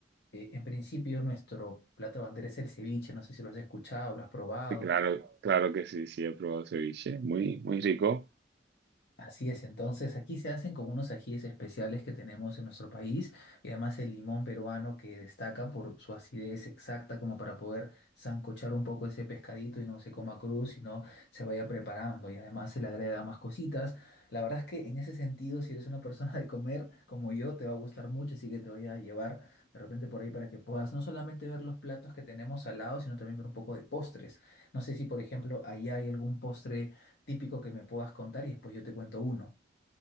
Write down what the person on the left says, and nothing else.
Eh, en principio, nuestro plato bandera es el ceviche, no sé si lo has escuchado, lo has probado.
Así es, entonces aquí se hacen con unos ajíes especiales que tenemos en nuestro país y además el limón peruano que destaca por su acidez exacta como para poder sancochar un poco ese pescadito y no se coma crudo, sino se vaya preparando y además se le agrega más cositas. La verdad es que en ese sentido, si eres una persona de comer como yo, te va a gustar mucho, así que te voy a llevar de repente por ahí para que puedas no solamente ver los platos que tenemos al lado, sino también ver un poco de postres. No sé si, por ejemplo, allá hay algún postre típico que me puedas contar y después yo te cuento uno.